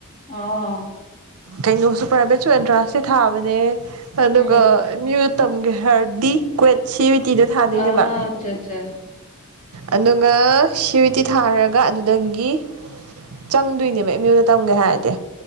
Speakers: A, on the left (about 40°); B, on the right (about 70°).
A: ꯑꯣ
B: ꯀꯩꯅꯣꯁꯨ ꯄ꯭ꯔꯥꯏꯚꯦꯠꯁꯨ ꯑꯦꯟꯇ꯭ꯔꯥꯟꯁꯇꯤ ꯊꯥꯕꯅꯦ ꯑꯗꯨꯒ
A: ꯎꯝ
B: ꯃꯤꯑꯣ ꯇꯝꯒꯦ ꯍꯥꯏꯔꯗꯤ ꯀ꯭ꯋꯦꯠ ꯁꯤ ꯕꯤꯇꯤꯗ ꯊꯥꯗꯣꯏꯅꯦꯕ
A: ꯑꯆꯥ ꯑꯆꯥ
B: ꯑꯗꯨꯒ ꯁꯤꯤꯇꯤ ꯊꯥꯔꯒ ꯑꯗꯨꯗꯒꯤ ꯆꯪꯗꯣꯏꯅꯦꯕ ꯑꯩ ꯃꯤꯑꯣꯌꯗ ꯇꯝꯒꯦ ꯍꯥꯏꯔꯗꯤ